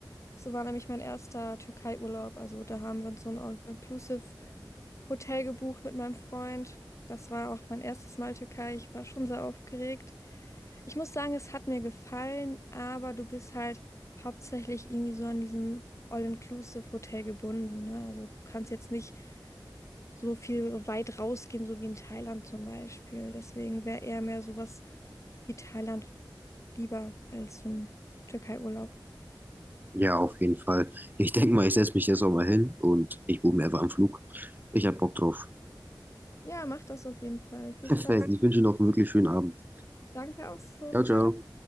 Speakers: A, on the left; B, on the right.
A: So war nämlich mein erster Türkei-Urlaub. Also da haben wir uns so ein All-Inclusive Hotel gebucht mit meinem Freund. Das war auch mein erstes Mal Türkei. Ich war schon sehr aufgeregt. Ich muss sagen, es hat mir gefallen, aber du bist halt hauptsächlich irgendwie so an diesem All-Inclusive-Hotel gebunden, ne? Also du kannst jetzt nicht so viel weit rausgehen, so wie in Thailand zum Beispiel. Deswegen wäre eher mehr sowas wie Thailand lieber als so ein Türkei-Urlaub.
B: Ja, auf jeden Fall. Ich denke mal, ich setze mich jetzt auch mal hin und ich buche mir einfach einen Flug. Ich habe Bock drauf.
A: Ja, mach das auf jeden Fall. Viel
B: Perfekt.
A: Spaß.
B: Ich wünsche noch einen wirklich schönen Abend.
A: Danke auch so.
B: Ciao,
A: Ciao.
B: ciao.